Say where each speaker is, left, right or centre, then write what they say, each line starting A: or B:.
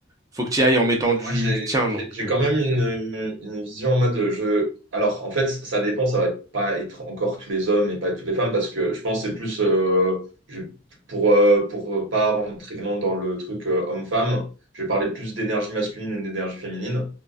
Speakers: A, on the right; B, on the right.
A: faut que tu ailles en mettant
B: Moi,
A: du
B: j'ai
A: tien,
B: j'ai-
A: donc
B: j'ai
A: euh,
B: quand même une, une vision en mode je. Alors, en fait, ça dépend, ça va pas être encore tous les hommes et pas toutes les femmes, parce que je pense que c'est plus euh, je- pour euh, pour pas rentrer vraiment dans le truc euh, homme-femme, je vais parler plus d'énergie masculine et d'énergie féminine.